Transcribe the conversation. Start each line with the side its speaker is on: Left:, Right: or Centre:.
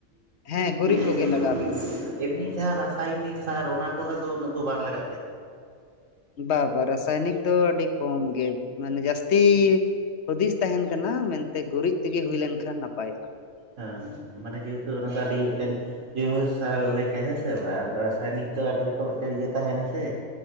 Left: ᱦᱮᱸ ᱜᱩᱨᱤᱡ ᱠᱚᱜᱮ
Right: <inaudible>
Left: ᱞᱟᱜᱟᱣ ᱛᱟᱦᱮᱱᱟ
Right: ᱮᱢᱱᱤ ᱡᱟᱦᱟᱸ ᱨᱟᱥᱟᱭᱱᱤᱠ ᱥᱟᱨ ᱚᱱᱟ ᱠᱚ ᱨᱮᱫᱚ ᱩᱱᱟᱹᱜ ᱫᱚ ᱵᱟᱝ ᱞᱟᱜᱟᱜ ᱜᱮᱭᱟ
Left: ᱵᱟ ᱵᱟ ᱨᱟᱥᱟᱭᱱᱤᱠ ᱫᱚ ᱟᱹᱰᱤ ᱠᱚᱢ ᱜᱮ ᱢᱟᱱᱮ ᱡᱟᱹᱥᱛᱤ ᱦᱩᱫᱤᱥ ᱛᱟᱦᱮᱱ ᱠᱟᱱᱟ ᱢᱮᱱᱛᱮ ᱜᱩᱨᱤᱡᱽ ᱛᱤᱜᱮ ᱦᱩᱭ ᱞᱮᱱᱠᱷᱟᱱ ᱱᱟᱯᱟᱭᱚᱜᱼᱟ
Right: ᱦᱮᱸ ᱢᱟᱱᱮ ᱡᱮᱦᱮᱛᱩ ᱚᱱᱟ ᱫᱚ ᱟᱹᱰᱤ ᱢᱤᱜᱴᱮᱱ <unintelligible> ᱥᱟᱨ ᱞᱮᱠᱟ ᱦᱮᱸ ᱥᱮ ᱵᱟᱝ ᱨᱟᱥᱟᱭᱱᱤᱠ ᱫᱚ ᱟᱹᱰᱤ ᱨᱚᱠᱚᱢ ᱢᱮᱜᱴᱮᱡ ᱤᱭᱟᱹ ᱛᱟᱦᱮᱱᱟ ᱥᱮ